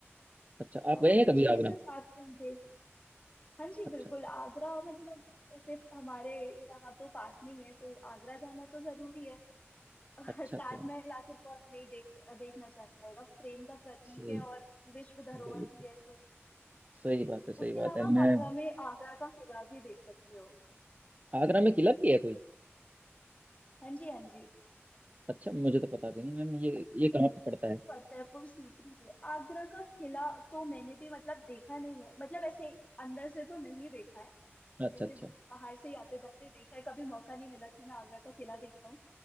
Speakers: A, on the right; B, on the left.
A: अच्छा
B: अ,
A: आप गए हैं कभी
B: छह
A: आगरा
B: से सात घंटे हाँ जी
A: अच्छा
B: बिल्कुल
A: अच्छा
B: आगरा मतलब ऐसे हमारे यहाँ तो पास में ही है तो आगरा जाना तो जरूरी है अ,
A: अच्छा अच्छा
B: ताजमहल आखिर कौन नहीं देख देखना चाहेगा प्रेम का प्रतीक
A: सही
B: है और विश्व धरोहर
A: बिल्कुल
B: भी है तो
A: सही बात है सही
B: उसके अलावा
A: बात है
B: आप
A: मैं
B: आगरा में आगरा का किला भी देख सकते हो
A: आगरा में किला भी है कोई
B: हाँ जी हाँ जी
A: अच्छा मुझे तो पता भी नहीं मैम ये ये कहाँ पे पड़ता है
B: फतेहपुर सीकरी पे आगरा का किला तो मैंने भी मतलब देखा नहीं है मतलब ऐसे अंदर से तो नहीं देखा है
A: अच्छा
B: ऐसे
A: अच्छा
B: बाहर से ही आते जाते देखा है कभी मौका नहीं मिला कि मैं आगरा का किला देखता हूँ